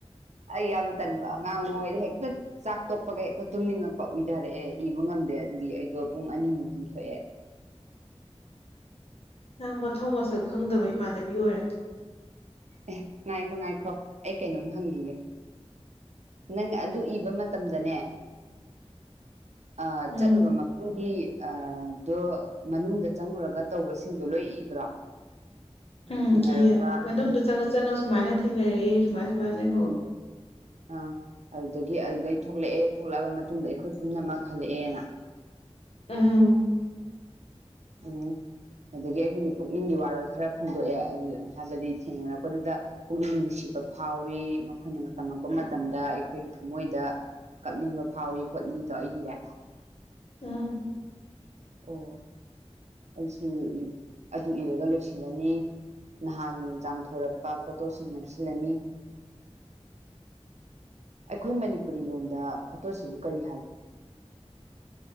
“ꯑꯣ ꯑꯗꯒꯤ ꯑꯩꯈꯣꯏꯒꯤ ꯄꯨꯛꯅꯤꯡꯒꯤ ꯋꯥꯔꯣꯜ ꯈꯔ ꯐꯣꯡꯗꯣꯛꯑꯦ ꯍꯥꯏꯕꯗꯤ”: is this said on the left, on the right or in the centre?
Right